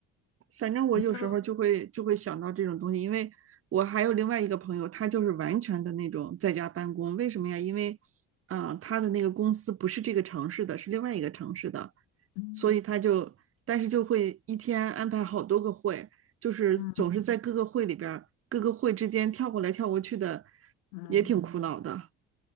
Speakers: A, on the right; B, on the left.
A: 反正我有时候就会就会想到这种东西，
B: 你就，
A: 因为我还有另外一个朋友，他就是完全的那种在家办公。为什么呀？因为，啊、呃他的那个公司不是这个城市的，是另外一个城市的，
B: 嗯
A: 所以他就，但是就会一天安排好多个会，就是总是在各个会里边各个会之间跳过来跳过去的，
B: 嗯嗯，
A: 也挺苦恼的。